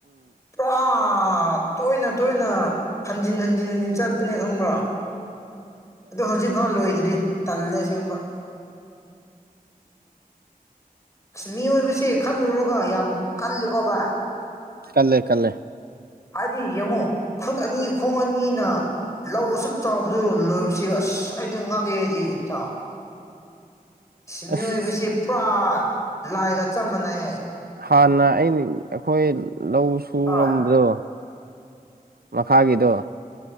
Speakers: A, on the left; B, on the right.
A: ꯑ ꯑ ꯇꯣꯏꯅ ꯇꯣꯏꯅ ꯍꯟꯖꯤꯟ ꯍꯟꯖꯤꯟ ꯍꯟꯖꯤꯟ ꯆꯠꯇꯄꯅꯦ ꯈꯪꯕ꯭ꯔꯥ꯫ ꯑꯗꯨꯣ ꯍꯧꯖꯤꯛ ꯐꯥꯎ ꯂꯣꯏ꯫ ꯔꯤ ꯇꯦꯟ ꯑꯥꯁꯦꯡꯕ ꯑꯁ ꯃꯤꯑꯣꯏꯕꯁꯤ ꯈꯜꯂꯨꯔꯒ ꯌꯥꯝ ꯀꯜꯂꯤꯀꯣ ꯚꯏ
B: ꯀꯜꯂꯦ ꯀꯜꯂꯦ
A: ꯍꯥꯏꯗꯤ ꯌꯦꯡꯉꯣ ꯈꯨꯠ ꯑꯅꯤ ꯈꯣꯡ ꯑꯅꯤꯅ ꯂꯧ ꯑꯁꯨꯛ ꯆꯥꯎꯕꯗꯨ ꯂꯣꯏꯕꯁꯤ ꯑꯁ ꯑꯩꯗꯤ ꯉꯥꯛꯑꯦꯗꯤ ꯏꯇꯥꯎ ꯁꯤ ꯃꯤꯑꯣꯏꯕꯁꯤ
B: ꯑꯁ
A: ꯄꯨꯔꯥ ꯂꯥꯏꯒ ꯆꯞ ꯃꯥꯟꯅꯩ
B: ꯍꯥꯟꯅ ꯑꯩꯅ ꯑꯩꯈꯣꯏ ꯂꯧ ꯁꯨꯔꯝꯕꯗꯣ
A: ꯍꯣꯏ
B: ꯃꯈꯥꯒꯤꯗꫭ